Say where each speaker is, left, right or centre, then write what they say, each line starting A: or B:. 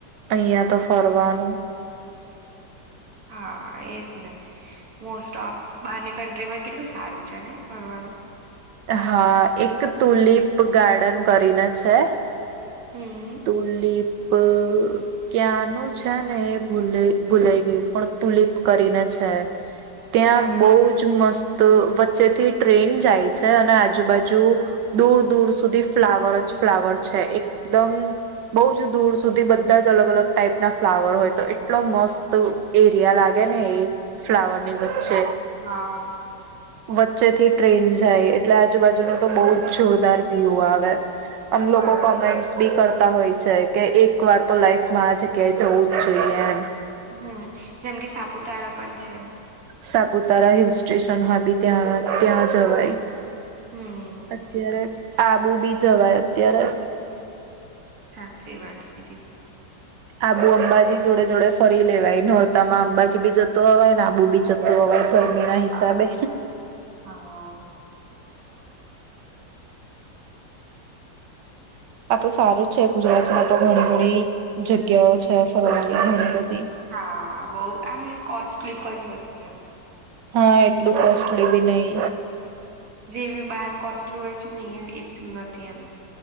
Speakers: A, on the right (about 80°); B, on the right (about 55°).
A: અહં તો ફરવાનું
B: હા, એજ ને મોસ્ટ ઓફ બારની કન્ટ્રીમાં કેટલું સારું છે, નને ફરનું
A: હા એક તુલિપ ગાર્ડન કરીને છે.
B: હમ
A: તુલીપ ક્યાંનું છે ને એ ભૂ ભૂલાઈ ગયું પણ તુલીપ કરીને છે. ત્યાં
B: બરાબર
A: બહુ જ મસ્ત તો વચ્ચે થી ટ્રેન જાય છે અને આ આજુબાજુ દૂર દૂર સુધી ફ્લાવર જ ફ્લાવર છે. એક એકદમ બહુ જ દૂર સુધી બધા જ અલગ અલગ ટાઈપ ના ફ્લાવર હોય, તો એટલો મસ્ત એરિયા લાગે ને એ. ફ્લાવર ની વચ્ચે.
B: હા
A: વચ્ચેથી ટ્રેન જાય એટલે આજુબાજુનો તો બહુ જ જોરદાર વ્યુ આવે. અને
B: બરાબર
A: લોકો કૉમેન્ટ્સ કરતા હોય છે, કે એક વાર તો લાઈફમાં આ જગ્યાએ જવું જ જોઈએ.
B: હમ જેમ કે સાપુતારા પણ છે.
A: સાપુતારા હિલ સ્ટેશન હ બી ત્યાં ત્યાં જવાય.
B: હમ
A: અત્યારે આબુ બી જવાય અત્યારે.
B: સાચી વાત કીધી.
A: આબુ અંબાજી જોડે જોડે ફરી લેવાય નોરતામાં અંબાજી બી જતું અવાય ને આબુ બી જતું અવાય. ગરમી ના હિસાબે
B: હા હા
A: આ તો સારું જ છે ગુજરાતમાં તો ઘણી ઘણી જગ્યાઓ છે ફરવાની ઘણી બઘી
B: હા બો એમ કોસ્ટલી પણ નથી એમ.
A: હા એટલું કોસ્ટલી બી નઈ
B: જેવી બાર કોસ્ટલુ હોય છે ને અહિયાં એટલું નથી એમ.